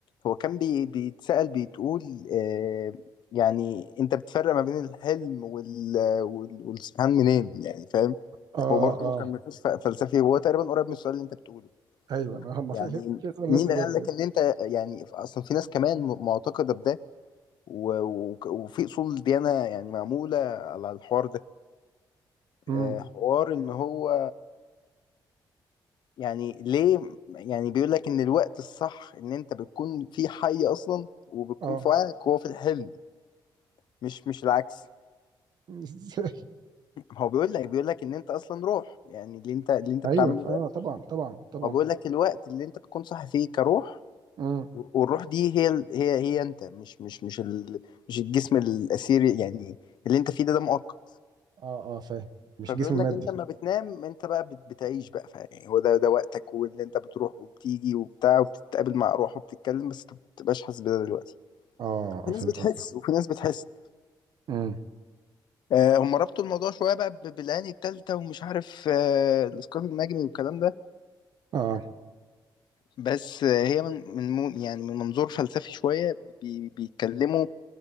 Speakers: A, on the left (about 70°); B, on the right (about 60°).
A: هو كان بي... بيتسأل بتقول آه يعني انت بتفرق ما بين الحلم وال... وال... والسبحان منين يعني فاهم
B: اه
A: هو برضو
B: اه
A: كان نقاش ف- فلسفي هو تقريبا قريب من السؤال اللي انت بتقوله
B: ايوه انا هم
A: يعني
B: في في اسئله ملهاش
A: مين
B: اجابه
A: قال
B: بجد
A: لك ان انت يعني اصلا في ناس كمان م- معتقده بده و... و... وفي اصول ديانه يعني معموله على الحوار ده
B: امم
A: آه، حوار ان هو يعني ليه يعني بيقول لك ان الوقت الصح ان انت بتكون في حي اصلا وبتكون
B: اه
A: في وعيك وهو في الحلم مش مش العكس
B: <laughs> ازاي
A: هو بيقول لك بيقول لك ان انت اصلا روح يعني اللي انت اللي انت
B: ايوه
A: بتعمله
B: اه
A: ده
B: طبعا طبعا طبعا
A: هو بيقول لك الوقت اللي انت بتكون صاحي فيه كروح
B: امم
A: والروح دي هي ال- هي هي انت مش مش مش ال مش الجسم الاثيري يعني اللي انت فيه ده ده مؤقت
B: اه اه فاهم مش
A: فبيقول
B: جسم مادي
A: لك انت لما بتنام انت بقى بت- بتعيش بقى فيعني هو ده ده وقتك واللي انت بتروح وبتيجي وبتاع وبتتقابل مع ارواح وبتتكلم بس انت ما بتبقاش حاسس بده دلوقتي
B: اه
A: في
B: اه
A: ناس
B: فهمت
A: بتحس
B: قصدك
A: وفي ناس بتحس
B: امم
A: آه هم ربطوا الموضوع شويه بقى ب- بالعين التالتة ومش عارف آه الاسقاط النجمي والكلام ده
B: اه
A: بس آه هي من من مو- يعني من منظور فلسفي شويه بي بيتكلموا